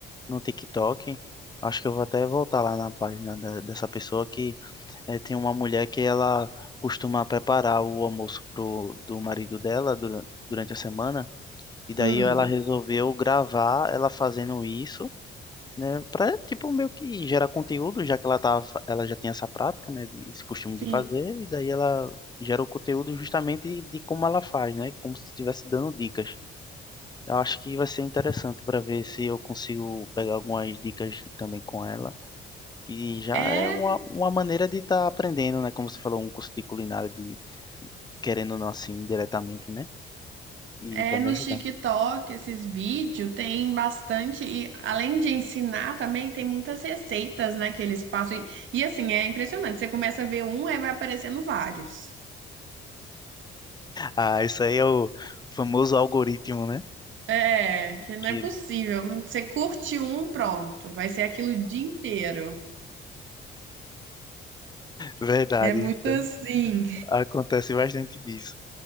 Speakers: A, on the left; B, on the right.
A: no TikTok, acho que eu vou até voltar lá na página da- dessa pessoa que eh, tem uma mulher que ela costuma preparar o almoço pro, do marido dela dura- durante a semana. E daí
B: Hum.
A: ela resolveu gravar ela fazendo isso, né? Pra, tipo, meio que gerar conteúdo, já que ela tava, fa- ela já tinha essa prática, né? de- Esse costume
B: Sim.
A: de fazer, e daí ela gera o conteúdo justamente de como ela faz, né? Como se estivesse dando dicas. Eu acho que vai ser interessante para ver se eu consigo pegar algumas dicas também com ela, que já
B: É
A: é uma, uma maneira de estar aprendendo, né? Como você falou, um curso de culinária, de querendo ou não assim, diretamente, né? E
B: É,
A: vai me
B: no
A: ajudar.
B: TikTok, esses vídeos tem bastante, e além de ensinar também, tem muitas receitas, né, que eles passam. E, e, assim, é impressionante. Você começa a ver um, aí vai aparecendo vários.
A: Ah, isso aí é o famoso algoritmo, né?
B: É, que não
A: Que
B: é possível. hum, Você curte um, pronto. Vai ser aquilo o dia inteiro.
A: verdade,
B: É muito
A: isso
B: assim.
A: aí. acontece bastante disso.